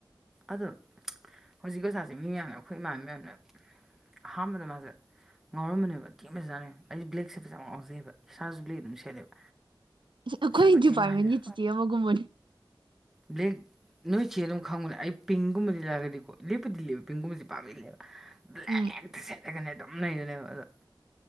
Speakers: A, in the centre; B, on the right (about 70°).
A: ꯑꯗꯣ ꯍꯧꯖꯤꯛꯀꯤ ꯑꯣꯖꯥꯁꯦ ꯃꯤ ꯃꯌꯥꯝꯅ ꯑꯩꯈꯣꯏ ꯏꯃꯥ ꯃꯌꯥꯝꯅ ꯑꯍꯥꯟꯕꯗ ꯃꯥꯁꯦ꯫ ꯉꯥꯎꯔꯝꯕꯅꯦꯕ ꯊꯤ ꯐꯖꯥꯅꯦꯕ ꯑꯩꯗꯤ ꯕ꯭ꯂꯦꯛꯁꯦ ꯐꯖ ꯉꯥꯎꯖꯩꯑꯕ ꯏꯁꯥꯁꯨ ꯕ꯭ꯂꯦꯛ ꯑꯗꯨꯝ ꯁꯦꯠꯂꯦꯕ
B: ꯑꯩꯈꯣꯏ
A: ꯃꯁꯛ ꯑꯊꯦꯟꯕ
B: ꯗꯤꯄꯥꯔꯠꯃꯦꯟꯒꯤ
A: ꯍꯥꯏꯗꯅ
B: ꯆꯤꯆꯦ ꯑꯃꯒꯨꯝꯕꯅꯤ
A: ꯕ꯭ꯂꯦꯛ ꯅꯣꯏ ꯆꯦ ꯑꯗꯨꯝ ꯈꯪꯕꯅꯦ ꯑꯩ ꯄꯤꯡꯒꯨꯝꯕꯗꯤ ꯂꯤꯠꯂꯛꯑꯒꯗꯤꯀꯣ ꯂꯤꯠꯄꯨꯗꯤ ꯂꯤꯠꯂꯦꯕ ꯄꯤꯡꯒꯨꯝꯕꯕꯁꯦ ꯄꯥꯛ ꯂꯤꯠꯂꯦ <inaudible>
B: ꯎꯝ
A: ꯍꯦꯛꯇ ꯁꯦꯠꯂꯒꯅꯦ <unintelligible> ꯑꯗꯨꯝ ꯂꯩꯗꯨꯅꯦꯕ ꯑꯗ